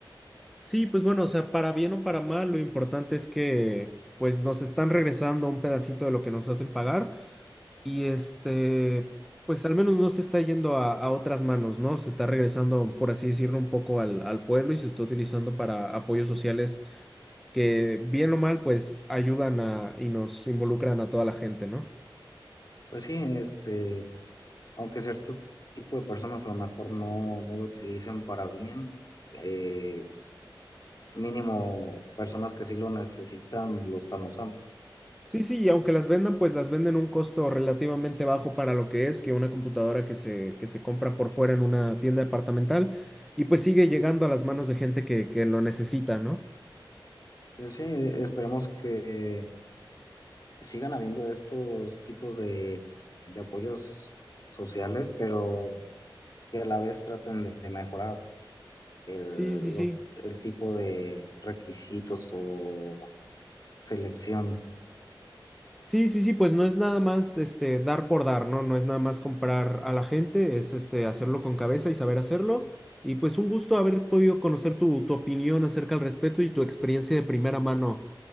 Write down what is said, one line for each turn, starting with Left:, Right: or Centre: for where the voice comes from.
Centre: Sí, pues bueno, o sea, para bien o para mal, lo importante es que pues nos están regresando un pedacito de lo que nos hacen pagar y este, pues al menos no se está yendo a, a otras manos, ¿no? Se está regresando, por así decirlo, un poco al, al pueblo y se está utilizando para apoyos sociales que bien o mal, pues ayudan a y nos involucran a toda la gente, ¿no?
Left: Pues sí, este, aunque cierto tipo de personas a lo mejor no, no lo utilizan para bien, eh, mínimo personas que sí lo necesitan lo están usando.
Centre: Sí, sí, y aunque las vendan, pues las venden a un costo relativamente bajo para lo que es que una computadora que se, que se compra por fuera en una tienda departamental y pues sigue llegando a las manos de gente que, que lo necesita, ¿no?
Left: Pues sí, e-, esperemos que sigan habiendo estos tipos de, de apoyos sociales, pero que a la vez traten de de mejorar el,
Centre: Sí, sí, sí.
Left: los, el tipo de requisitos o selección.
Centre: Sí, sí, sí, pues no es nada más este dar por dar, ¿no? No es nada más comprar a la gente, es este hacerlo con cabeza y saber hacerlo. Y pues un gusto haber podido conocer tu, tu opinión acerca al respecto y tu experiencia de primera mano,